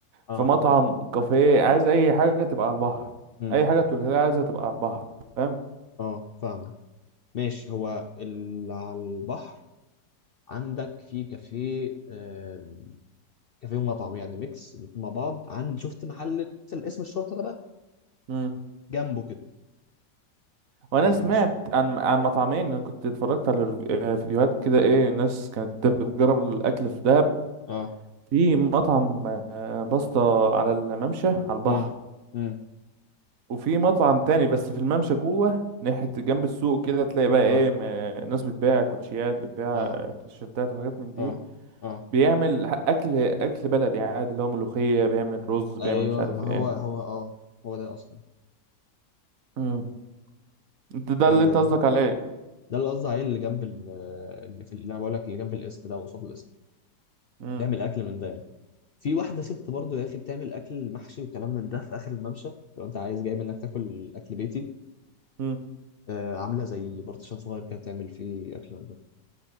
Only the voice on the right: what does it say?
في مطعم كافيه عايز اي حاجة تبقى على البحر
اي حاجة تقولها لي عايزها تبقى على البحر فاهم
مم.
وانا
سمعت
عن عن مطعمين انا كنت اتفرجت على ريف- آه، فيديوهات كده ايه الناس كانت بتجرب الاكل في دهب
في مطعم آه، باستا على الممشى على البحر
وفي مطعم تاني بس في الممشى جوه ناحية جنب السوق كده تلاقي بقى ايه
م- آه، ناس بتبيع كوتشيات بتبيع
آه، تيشيرتات وحاجات من دي
بيعمل ح- اكل اكل بلدي عادي اللي هو ملوخية بيعمل رز بيعمل
مش عارف
ايه
مم. انت ده
اللي انت قصدك عليه
مم.
مم.